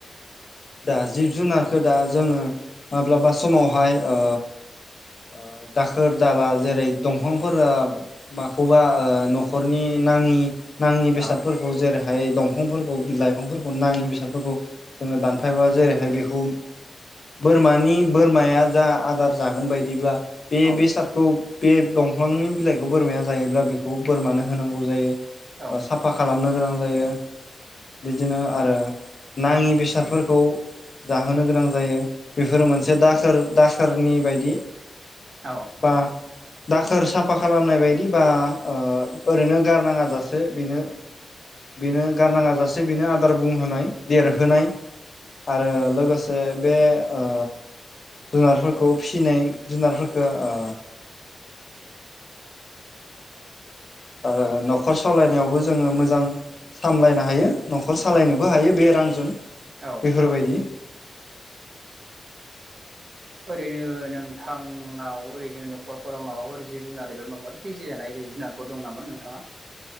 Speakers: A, on the left; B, on the right.
A: दा जिब जुनारखौ दा जोङो माब्लाबा समावहाय आ आ दाखोर दाला जेरै दंफांफोरा माखौबा आ न'खरनि नांग नि नाङि बेसादफोरखौ
B: औ
A: जेरैहाय दंफांफोरखौ बि लाइफांफोरखौ नाङि बेसादफोरखौ जोङो दान फायबा जेरैहाय बेखौ बोरमानि बोरमाया जा आदार जागोन बायदिब्ला बे-बेसादखौ
B: औ
A: बे दंफांनि बिलाइखौ बोरमाया जायोब्ला बेखौ बोरमानो होनांगौ जायो।
B: औ
A: साफा खालामनो गोनां जायो बिदिनो आरो नाङि बेसादफोरखौ खौ जाहोनो गोनां जायो बेफोर मोनसे दाखोर दाखोरनि बायदि
B: औ
A: बा दाखोर साफा खालामनाय बाय दिबा ओ ओरैनो गारनाङा जाासे बेनो बेनो गारनाङ जासे बेनो आदार बुंहोनाय देरहोनाय आरो लोगोसे बे ओ जुनारफोरखौ फिसिनाय जुनारफोरखौ आ आ न'खर सालायनायावबो जोङो मोजां सामलायनो हायो। न'खर सालायनोबो
B: औ
A: हायो बे रांजों
B: औ
A: बेफोरबायदि
B: ओरैनो नोंथांआव ओरैनो न'खरफोराव माबाफोर जिब जुनार माबाफोर फिसि जानाय जिब जुनारफोर दं नामा नोंथाङा?